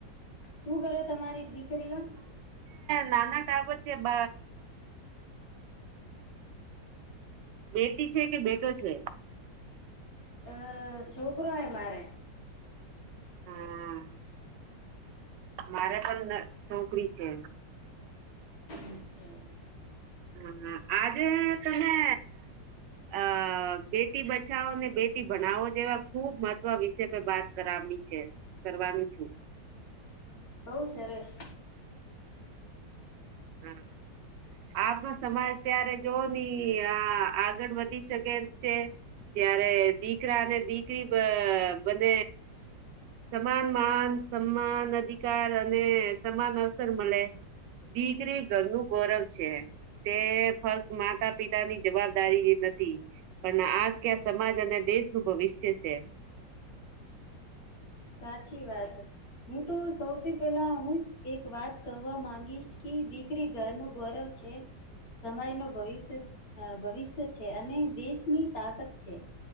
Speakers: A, on the left; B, on the right.
A: શું કરે તમારી દીકરીઓ?
B: નાના ટાપ છે બ બેટી છે કે બેટો છે
A: અ છોકરો હે મારે
B: હમ મારે પણ છોકરી છે
A: <inaudible>
B: હા આજે તમે અ બેટી બચાવો ને બેટી ભણાવો જેવા ખુબ મહત્વ વિષ વાત કરાવની છે કરવાનું છું
A: બઉ સરસ
B: હમ આપનો સમાજ ત્યારે જોવા જઇયે આ આગળ વધી શકે એમ છે ત્યારે દીકરા અને દીકરી બને સમાન માન સમાન અધિકાર અને સમાન અવસર મળે દીકરી ઘરનું ગૌરવ છે તે ફક્ત માતા પિતા ની જવાબદારી નથી પણ આખ્યા સમાજ અને દેશનું ભવિષ્ય છે
A: સાચી વાત હું તો સૌથી પહેલા હું એક વાત કરવા માંગીશ કે દી કરી ઘર નું ગૌરવ છે સમય નું ભવિષ્ય ભવિષ્ય છે અને દેશની તાકત છે